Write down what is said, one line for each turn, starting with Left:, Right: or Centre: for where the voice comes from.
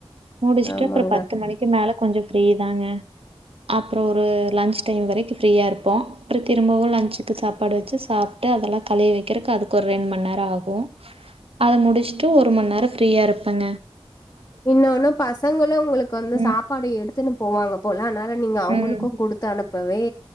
Right: முடிச்சுட்டு
Left: ஆமாங்க
Right: அப்றோ பத்து மணிக்கு மேல கொஞ்சோ ஃப்ரீதாங்க அப்றோ ஒரு லஞ்ச் டைம் வரைக்கு ஃப்ரீயாருப்போ அப்றோ திரும்பவு லஞ்சுக்கு சாப்பாடு வெச்சு சாப்ட்டு அதெல்லாக் கழுவி வெக்கிறக்கு அதுக்கு ஒரு ரெண் மண் நேரோ ஆகு அத முடிச்ட்டு ஒரு மண் நேரோ ஃப்ரீயா இருப்பங்க
Left: இன்னோன்னு பசங்களு உங்களுக்கு வந்து
Right: ம்
Left: சாப் ப்பாடு எடுத்துனு போவாங்கப் போல அன்னால நீங்க அவுங்குளுக்கு
Right: ம்
Left: குடுத்து அனுப்பவே